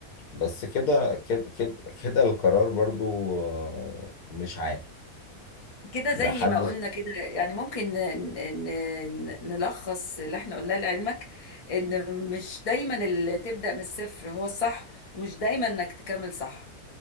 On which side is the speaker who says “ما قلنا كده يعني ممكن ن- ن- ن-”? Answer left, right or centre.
Left